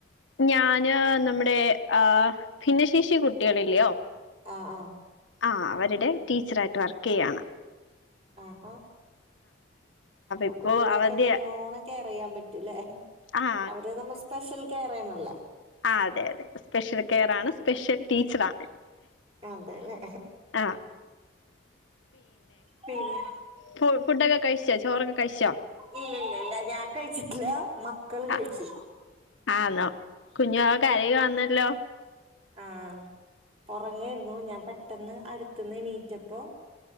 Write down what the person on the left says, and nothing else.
ഞാന് നമ്മുടെ ആഹ് ഭിന്നശേഷി കുട്ടികളില്ലയോ
ആഹ് അവരുടെ ടീച്ചറായിട്ട് വർക്ക് ചെയ്യുകയാണ്
ഇപ്പോ
അവധി
ആ
ആഹ് അതെ അതെ സ്പെഷ്യൽ കെയർ ആണ് സ്പെഷ്യൽ ടീച്ചറാണ്.
ആ
ഫ ഫുഡൊക്കെ കഴിച്ചോ ചോറൊക്കെ കഴിച്ചോ?
ആ ആന്നോ കുഞ്ഞുവാവ കരായുകന്നല്ലോ